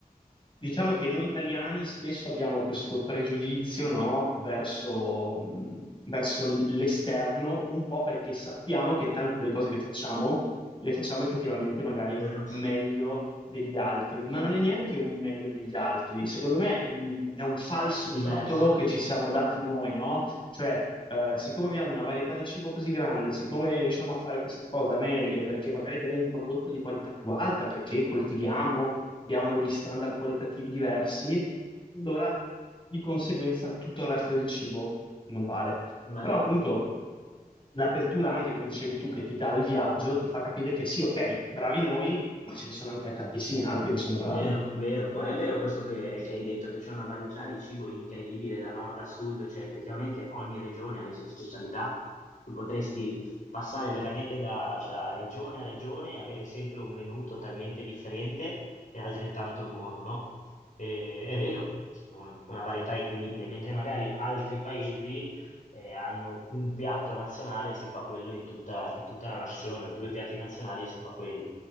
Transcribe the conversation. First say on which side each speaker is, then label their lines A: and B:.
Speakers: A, on the left; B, on the left.
A: Diciamo che noi italiani spesso abbiamo questo pregiudizio, no, verso, mh, verso l'esterno, un po' perché sappiamo che tante delle cose che facciamo le facciamo effettivamente magari
B: vero?
A: meglio degli altri, ma non è neanche un meglio degli altri. Secondo me è un, è un falso
B: Diverso,
A: titolo che ci siamo dati noi, no? Cioè, eh, siccome abbiamo una varietà di cibo così grande, siccome riusciamo a fare questa cosa meglio, perché magari abbiamo un prodotto di qualità più alta, perché coltiviamo, abbiamo degli standard qualitativi diversi, allora di conseguenza tutto il resto del cibo non vale.
B: bene,
A: Però appunto l'apertura anche, come dicevi tu, che ti dà il viaggio, ti fa capire che sì, ok, bravi noi, ma ce ne sono anche tantissimi altri che sono bravi.
B: vero, vero. Poi è vero questo che, che hai detto, che c'è una varietà di cibo incredibile da nord a sud, cioè effettivamente ogni regione ha le sue specialità. Tu potresti passare veramente da, da regione a regione e avere sempre un menù totalmente differente e altrettanto buono, no? E- è vero, c'è un- una varietà incredibile, mentre magari altri paesi eh, hanno un piatto nazionale e si fa quello in tutta, in tutta la nazione, o due piatti nazionali e si fa quello.